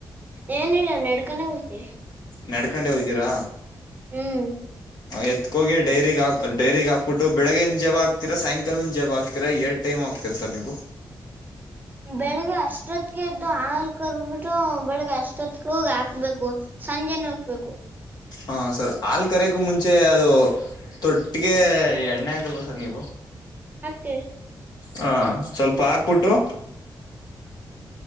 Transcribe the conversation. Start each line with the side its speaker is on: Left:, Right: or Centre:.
Right: ಏನ ಇಿಲ್ಲ ನೆಡ್ಕನ ಹೋಗಿ
Left: ನಡ್ಕೊಂಡೆ ಹೋಗತೀರಾ
Right: ಹ್ಮ್
Left: ಎತ್ಕೋಗಿ ಡೈರಿಗ್ ಡೈರಿಗೆಗ್ ಹಕ್ಬಿಟ್ಟ ಬೆಳಗ್ಗೆಿನ ಜವ ಆಗ್ತಿೀರ ಸಾಯಂಕಾಲನಿನ ಜವ ಆಗ್ತೀರಾ ಎ ಟೈಮ್ ಆಗ್ತೀರ ಸರ್ ನೀವು
Right: ಬೆಳಿಗ್ಗೆ ಅಷ್ಟೊತ್ಗೆ ಎದ್ದು ಹಾಲ್ ಕರ್ದಬಿಟ್ಟು ಬೆಳಿಗ್ಗೆ ಅಷ್ಟೊತ್ತಗೆ ಹೋಗಿ ಹಾಕ್ಬೇಕು. ಸಂಜೆ ನೋಕ್ಬೇಕು.
Left: ಹಾ ಸರ್ ಹಾಲ್ ಕರೆಗೂ ಮುಂಚೆ ಅದು. ತೊಟ್ಟಿಗೆ ಎಣ್ಣೆ ಆಗಲ್ವಾ ಸರ್ ನೀವು.
Right: ಆಗ್ತಿವಿ
Left: ಹಾ ಸ್ವಲ್ಪ ಹಾಕ್ಬಿಟ್ಟು.